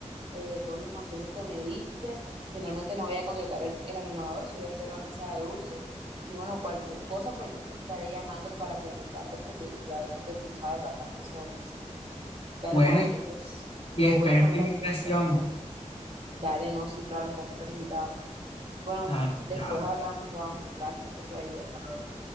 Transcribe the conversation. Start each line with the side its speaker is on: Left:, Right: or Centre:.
Right: eh, todos los consejos que me diste. Finalmente no voy a contratar el, el animador, sí voy a hacer la mesa de dulces. Y bueno, cualquier cosa, pues yo te estaré llamando para preguntarte porque ya veo que tú sabes bastante sobre ese tema. Dale,
Left: Bueno,
Right: Juanjo,
Left: y,
Right: entonces yo
Left: y espero
Right: voy a poner
Left: tu invitación.
Right: aquí a hacerme algo. Dale, no, sí, claro, está súper invitado. Bueno,
Left: Dale,
Right: después
Left: chao.
Right: hablamos, Juanjo. Gracias por tu ayuda. Hasta luego.